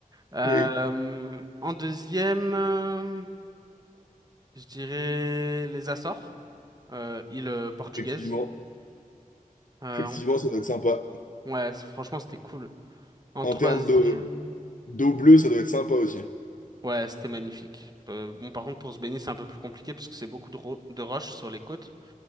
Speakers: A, on the right (about 25°); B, on the left (about 65°).
A: Euh,
B: <laughs>
A: en deuxième, euh, je dirais les Açores, euh, île euh, portugaise.
B: Effectivement,
A: Euh,
B: effectivement,
A: en-
B: ça doit être sympa.
A: Ouais, c- franchement, c'était cool. En
B: En
A: troisième,
B: termes de, D'eau bleue, ça doit être sympa aussi.
A: ouais, c'était magnifique. Euh, bon, par contre, pour se baigner, c'est un peu plus compliqué, parce que c'est beaucoup de, ro- de roches sur les côtes.